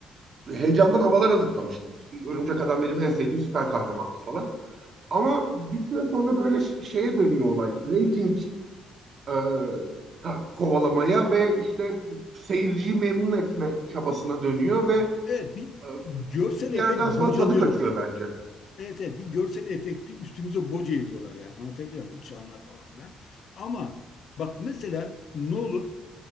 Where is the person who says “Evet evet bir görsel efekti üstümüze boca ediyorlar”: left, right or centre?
Left